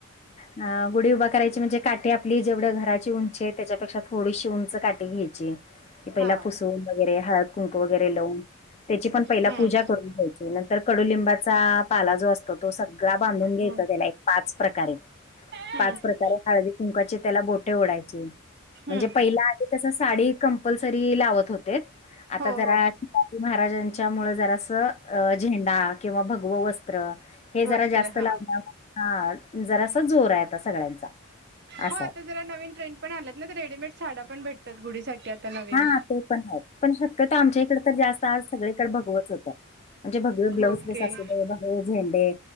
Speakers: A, on the left (about 30°); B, on the right (about 50°).
A: <unintelligible> <inaudible> गुढी उभा करायची म्हणजे काठी आपली जेवढ्या घराची उंची आहे त्याच्यापेक्षा थोडीशी उंच काठी घ्यायची. की पहिला
B: हा
A: पुसून वगैरे हळदकुंकु वगैरे लावून त्याची पण पहिला
B: हम्म
A: पूजा करून घ्या. नंतर कडुलिंबाचा पाला जो असतो तो सगळा बांधून घ्यायचा
B: हम्म
A: त्याला एक पाच प्रकारे.
B: हम्म
A: पाच प्रकारे हळदी कुंकाची त्याला बोटे ओढायची.
B: हम्म
A: म्हणजे पहिला आधी कस साडी कंपल्सरी लावत होते. आता
B: हो
A: जरा
B: हो
A: शिवाजी महाराजांच्या मुळ जरास झेंडा किंवा भगव वस्त्र. हे जरा
B: वस्त्र
A: जास्त
B: हा
A: लावण हां जरासा जोर आहे आता सगळ्यांचा. असा
B: हो आता
A: आहे.
B: जरा नवीन ट्रेड पण आल्यात ना तर रेडीमेड साडा पण भेटतात गुढीसाठी. नवीन.
A: हा ते पण आहेत पण शक्यतो आमच्या इकडे तर जास्त आज सगळीकडे भगवच होत. म्हणजे भगवे ब्लाउज
B: ओके.
A: पीस अस <unintelligible> झेंडे